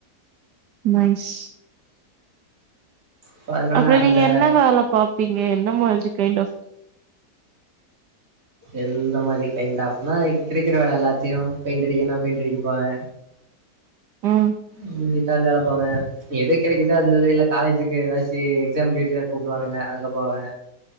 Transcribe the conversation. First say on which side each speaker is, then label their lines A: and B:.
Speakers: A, on the right (about 75°); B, on the right (about 50°).
A: நைஸ்
B: சோ அதனால
A: அப்டி
B: அந்த
A: நீங்க என்ன வேல பாப்பீங்க என்ன மாதிரி கைண்ட் ஆஃப்
B: எந்த மாதிரி கைண்ட் ஆஃப்னா கிடைக்கிற வேல எல்லாத்தையு பெயிண்ட் அடிக்கனா பெயிண்ட் அடிக்க போவே
A: ம்
B: ம் டெய்லரா போவே எது கிடைக்கிதா அந்ததுனு இல்ல காலேஜுக்கு ஏதாச்சி எக்ஸாம் டூயுட்டினா கூப்டுவானுங்க அங்க போவே